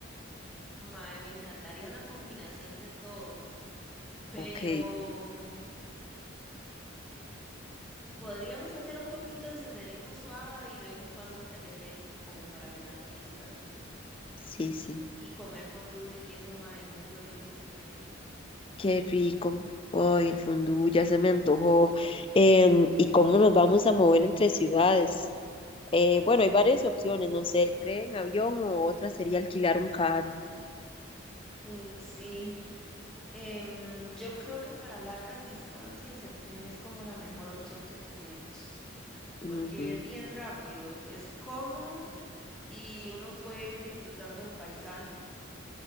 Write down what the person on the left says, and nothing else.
Ok,
sí, sí,
qué rico. Ay, el fondue ya se me antojó. Em, ¿y cómo nos vamos a mover entre ciudades? Eh, bueno, hay varias opciones, no sé, tren, avión o otra sería alquilar un carro.
Ujú.